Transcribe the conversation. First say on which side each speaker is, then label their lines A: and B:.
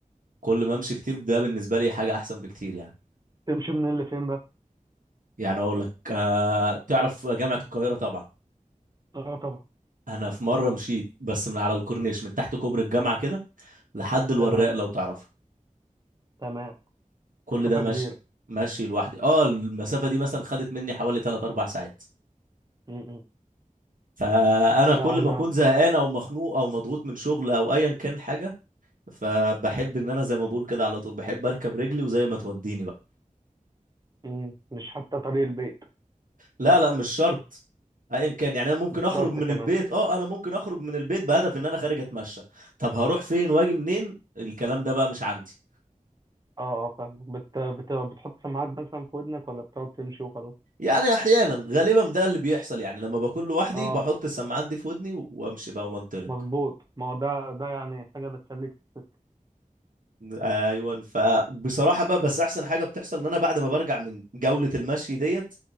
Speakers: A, on the right (about 70°); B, on the right (about 30°).
A: كل ما امشي كتير ده بالنسبه لي حاجه احسن بكتير يعني
B: تمشي منين لفين بقى
A: يعني اقول لك آه... تعرف جامعه القاهره طبعا
B: اه طبعا
A: انا في مره مشيت بس من على الكورنيش من تحت كوبري الجامعه كده لحد الوراق
B: تمام
A: لو تعرف
B: تمام
A: كل
B: مسافه
A: ده ماشي
B: كبيره
A: ماشي لوحدي اه المسافه دي مثلا خدت مني حوالي 3 4 ساعات
B: امم
A: فانا
B: لا
A: كل
B: انا
A: ما اكون زهقان او مخنوق او مضغوط من شغل او ايا كان حاجه فبحب ان انا زي ما بقول كده على طول بحب اركب رجلي وزي ما توديني بقى
B: مم. مش حتى طريق البيت
A: لا لا مش شرط ايا كان يعني انا ممكن
B: مش
A: اخرج
B: شرط
A: من
B: كمان
A: البيت اه انا ممكن اخرج من البيت بهدف ان انا خارج اتمشى طب هروح فين واجي منين الكلام ده بقى مش عندي
B: اه اه فاهم بت... بت... بتحط سماعات مثلا في ودنك ولا بتقعد تمشي وخلاص
A: يعني احيانا غالبا ده اللي بيحصل يعني لما بكون لوحدي
B: اه
A: بحط السماعات دي في ودني وامشي بقى وانطلق
B: مظبوط ما هو ده ده يعني حاجة بتسليك في السكة.
A: ايوه فبصراحه بقى بس احسن حاجه بتحصل ان انا بعد ما برجع من جوله المشي ديت